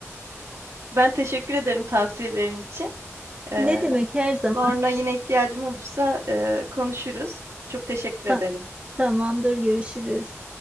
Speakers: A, on the right; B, on the right.
A: Ben teşekkür ederim tavsiyelerin için. Ee,
B: Ne demek her zaman
A: sonra yine ihtiyacım olursa e, konuşuruz. Çok teşekkür
B: Ta-
A: ederim.
B: tamamdır görüşürüz.